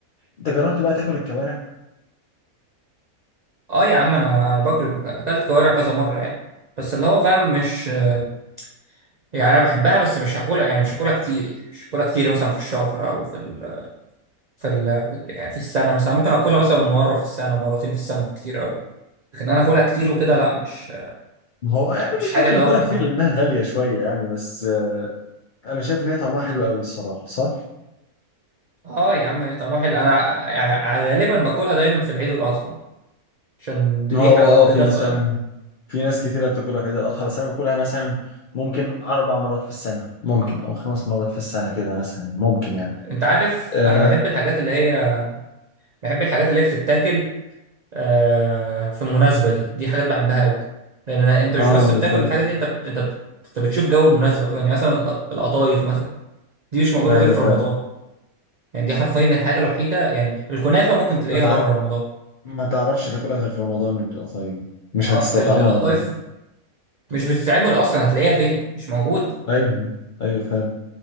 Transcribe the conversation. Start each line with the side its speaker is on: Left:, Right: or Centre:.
Left: انت جربت بقى تاكل الكوارع
Right: اه يا عم انا أنا باكل اكلت كوارع كذا مرة يعني بس اللي هو فاهم مش آه، يعني انا بحبها بس مش هاكلها يعني مش هاكلها كتير يعني مش هاكلها كتير مثلا في الشهر او في ال في ال يعني في السنة مثلا ممكن اكلها مثلا مرة في السنة مرتين في السنة بالكتير قوي لكن انا اكلها كتير وكده لا مش
Left: ما هو يعني مفيش
Right: مش حاجه
Left: حد
Right: اللي
Left: بياكلها
Right: هو انا
Left: كتير لانها غاليه شويه يعني بس آه، انا شايف ان هي طعمها حلو قوي الصراحه صح؟
Right: اه يا عم طعمها حلو انا ع- غالبا باكلها دايما في العيد والاضحى عشان ذبيحه
Left: ما هو
Right: بقى
Left: اه
Right: وكده
Left: آه، في ناس
Right: ف
Left: فعلا في ناس كتيره بتاكلها في عيد الاضحى بس انا باكلها مثلا ممكن اربع مرات في السنه ممكن او خمس مرات في السنه كده مثلا ممكن يعني
Right: انت عارف
Left: اه
Right: انا بحب الحاجات اللي هي بحب الحاجات اللي هي بتتاكل آه في مناسبه دي دي حاجات بحبها قوي لان أنا- انت مش
Left: آه،
Right: بس بتاكل
Left: فاهم
Right: الحاجه دي انت بت... انت بت... انت بتشوف جو المناسبه كمان يعني مثلا الق- القطايف مثلا دي مش موجوده
Left: ايوه
Right: غير في
Left: فاهم
Right: رمضان يعني دي حرفيا الحاجه الوحيده يعني الكنافه ممكن تلاقيها
Left: ما تع-
Right: بره رمضان
Left: ما تعرفش
Right: لكن
Left: تاكلها غير في رمضان وبتبقى طيب مش
Right: اه
Left: هتستطعمها
Right: ال- القطايف
Left: لو غير.
Right: مش بتتعمل اصلا هتلاقيها فين مش موجوده
Left: ايوه ايوه فاهم